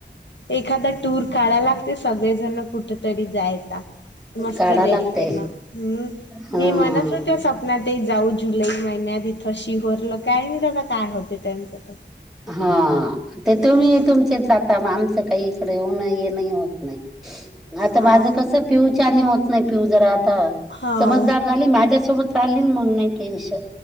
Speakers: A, on the left; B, in the centre.
A: एखादा टूर काढयला लागते सगळेजण कुठ तरी जायचा. मस्त
B: काढावं
A: रेल्वेन.
B: लागतंय.
A: हम्म
B: हां.
A: हे म्हणत होते ना ते जाऊ जुलै महिन्यात इथ शिहोरला. काय माहित आता काय होते त्यांच तर.
B: हा ते
A: हम्म
B: तुम्ही तुमचे जाता. आमच काही इकडे येऊन येनही होत नाही. आता
A: हा
B: माझ कस पिऊचान होत नाही. पिऊ जरा आता
A: हा
B: समजदार झाली. माझ्यासोबत राहिली मग नाही टेन्शन.